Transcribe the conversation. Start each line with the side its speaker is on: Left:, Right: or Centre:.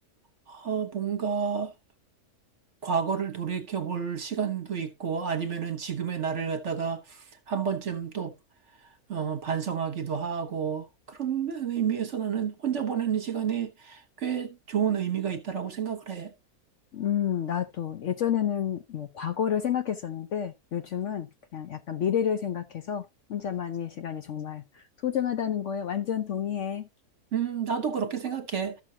Right: 아, 뭔가 과거를 돌이켜볼 시간도 있고 아니면은 지금의 나를 갖다가 한 번쯤 또 어, 반성하기도 하고 그런 의미에서 나는 혼자 보내는 시간이 꽤 좋은 의미가 있다라고 생각을 해.
Left: 음, 나도 예전에는 뭐, 과거를 생각했었는데, 요즘은 그냥 약간 미래를 생각해서 혼자만의 시간이 정말 소중하다는 거에 완전 동의해.
Right: 음, 나도 그렇게 생각해.